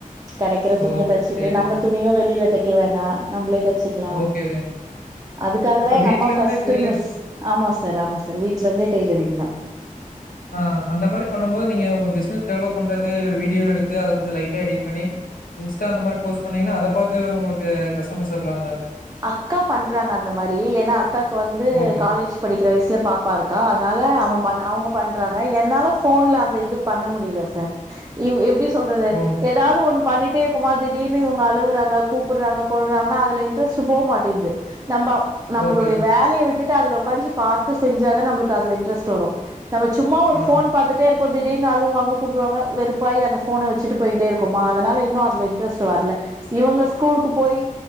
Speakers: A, on the right; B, on the left.
A: கெடைக்கிற
B: ஓ!
A: துணிய தச்சிட்டு
B: சரி,
A: நம்ம
B: சரி.
A: துணியு வெளியில தை க்க வேணா நம்மளே தை ச்சுக்கலா
B: ஓகே, ஓகே.
A: அதுக்காக
B: அப்ப
A: தா எங்க
B: வீட்ல
A: அம்மா
B: இருந்து
A: ஃபர்ஸ்ட்
B: டெய்லர்
A: மிஸ் ஆமா சார் ஆமா சார் வீட்டுல இருந்தே டெய்லரிங் தா
B: ஆஹ் அந்த மாதிரி பண்ணும் போது நீங்க உங்க பிசினனஸ் டெவலப் பண்றதுக்கு வீடியோ எடுத்து அத கொஞ்சோ லைட்டா எடிட் பண்ணி இன்ஸ்டா அந்த மாரி போஸ்ட் பண்ணீங்கன்னா அத பாத்து உங்களுக்கு கஸ்டமர்ஸ் வர்லால்ல
A: அக்கா பண்றாங்க அந்த மாரி ஏனா அக்காக்கு வந்து
B: ஓகே.
A: காலேஜ் படிக்கிற வயசுல பாப்பா இருக்கா அதனால அவ பண் அவங்க பண்றாங்க என்னால ஃபோன்ல அந்த இது பண்ண முடியல சார் இவ் எப்டி சொல்றது
B: ஓ
A: ஏதாது ஒண்ணு பண்ணிட்டே இருக்கமா திடீர்னு இவங்க அழுவுறாங்க கூப்பிடுறாங்க கொல்றாங்கன்னா அதுல இன்ட்ரஸ்ட் போ மாட்டிங்குது. நம்ம நம்மளுடைய
B: ஓகே, ஓகே.
A: வேலைய விட் ட்டு அதுல உக்காஞ்சி பாத்து செஞ்சாதா நம்மளுக்கு அதுல இன்டரஸ்ட் வரு நம்ம சும்மா ஒரு
B: ஆ
A: ஃபோன் பாத்துட்டே இரு ப்போ திடீர்னு அழுவாங்க கூப்புடுவாங்க வெறுப்பாயி அந்த ஃபோன வச்சிட்டு போயிட்டே இருக்கோமா அதனால இன்னு அதுல இன்ட்ரஸ்ட் வர்ல இவங்க ஸ்கூலுக்கு போயி